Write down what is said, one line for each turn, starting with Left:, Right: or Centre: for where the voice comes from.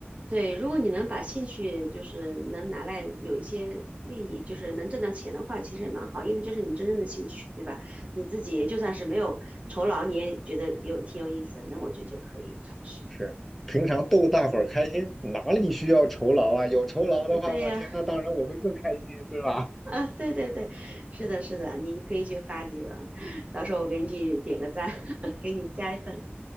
Right: 对。如果你能把兴趣就是能拿来有一些利益，就是能挣到钱的话，其实也蛮好，因为这是你真正的兴趣，对吧？你自己就算是没有酬劳，你也觉得有挺有意思的，那我觉得就可以尝试。
Centre: 是，平常逗大伙儿开心，
Right: 嗯，
Centre: 哪里需要酬劳啊？有酬劳的话，
Right: 对呀，
Centre: 我天，那当然我会更开心，对吧？
Right: 啊，对对对，是的，是的，你可以去发几个，到时候我给你去点个赞，<laughs> 给你加一份，